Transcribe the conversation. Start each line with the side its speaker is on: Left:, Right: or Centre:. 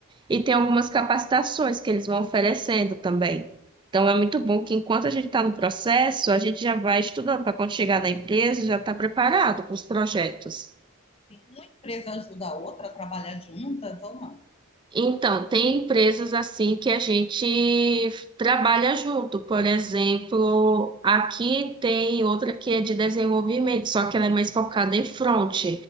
Right: E tem algumas capacitações que eles vão oferecendo também. Então é muito bom que enquanto a gente está no processo, a gente já vai estudando para quando chegar na empresa, já está preparado para os projetos.
Left: tem- uma empresa ajuda a outra a trabalhar juntas ou não?
Right: Então, tem empresas assim que a gente trabalha junto. Por exemplo, aqui tem outra que é de desenvolvimento, só que ela é mais focada em front.